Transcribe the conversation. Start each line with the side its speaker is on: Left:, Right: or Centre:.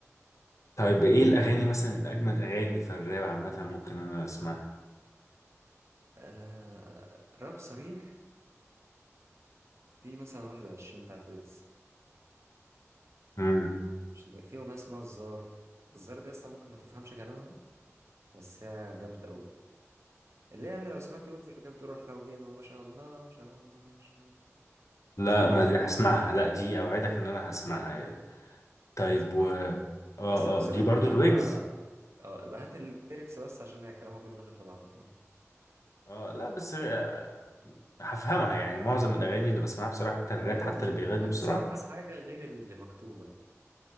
Left: طيب ايه الاغاني مثلا الاجمد اغاني في الراب عامة ممكن انا اسمعها
Right: آه راب صريح في مثلا 21 بتاعت ويجز
Left: مم.
Right: مش دي- في اغنيه اسمها الزار الزار دي اصلا ممكن ما تفهمش كلامها بس هي جامده قوي اللي هي يعني لو سمعت ويجز اللي كانت بتقول رحنا وجينا وما شاء الله ما شاء الله ما شاء الله
Left: لا
Right: سمعتها
Left: ما دي هسمعها لا دي اوعدك ان انا هسمعها طيب
Right: سبحان
Left: و اه
Right: الله
Left: اه
Right: بس لو سمعتها
Left: دي برضو الويجز
Right: بقى اه يبقى هات الليركس بس عشان هي كلامها كله داخل في بعضه فاهم
Left: اه لا بس آه، هفهمها يعني معظم الاغاني اللي بسمعها بصراحة حتى الراب
Right: غالبا
Left: حتى
Right: مش
Left: اللي
Right: هتف...
Left: بيغني
Right: هتسمعها
Left: بسرعة
Right: حاجة غير اللي مكتوبة